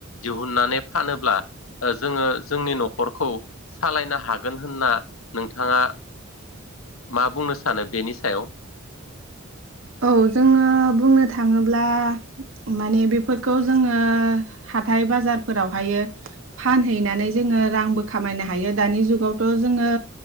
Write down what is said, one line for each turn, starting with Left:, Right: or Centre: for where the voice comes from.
Left: दिहुननानै फानोब्ला ओ जोङो जोंनि न'खरखौ सालायनो हागोन होनना नोंथाङा मा बुंनो सानो बेनि सायाव?
Right: औ जोङो बुंनो थाङोब्ला माने बेफोरखौ जोङो हाथाय बाजारफोरावहायो फानहैनानै जोङो रांबो खामायनो हायो दानि जुगावथ' जोङो